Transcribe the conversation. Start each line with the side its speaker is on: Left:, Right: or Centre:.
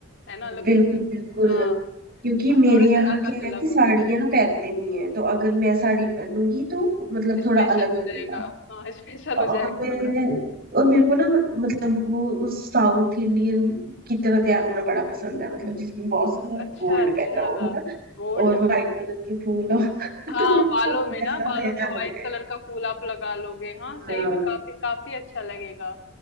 Left: है ना लेकिन
Right: बिल्कुल बिल्कुल
Left: हाँ
Right: क्योंकि
Left: आप
Right: मेरे
Left: थोड़े से
Right: यहाँ
Left: अलग
Right: क्या
Left: अलग
Right: है कि
Left: हो
Right: साड़ियाँ
Left: गए
Right: पहनते नहीं है तो अगर मैं साड़ी पहनूंगी तो मतलब
Left: स्पेशल
Right: थोड़ा अलग
Left: हो
Right: लगेगा
Left: जाएगा हाँ <laughs> स्पेशल
Right: और
Left: हो जाएगा
Right: मैं
Left: थोड़ा
Right: और मेरे को ना मतलब वो उस साउथ इंडियन की तरह तैयार होना बड़ा पसंद है मतलब जिसमें बहुत सारा
Left: अच्छा
Right: गोल्ड
Left: अच्छा
Right: पहना हो है ना
Left: गोल्ड
Right: और वाइट कलर के फूल हो <laughs>
Left: हाँ
Right: तो मेरे को
Left: बालों में
Right: वैसा
Left: ना बालों
Right: तैयार
Left: में व्हाइट
Right: होना है
Left: कलर का फूल आप लगा लोगे हाँ सही
Right: हाँ
Left: में काफी काफी अच्छा लगेगा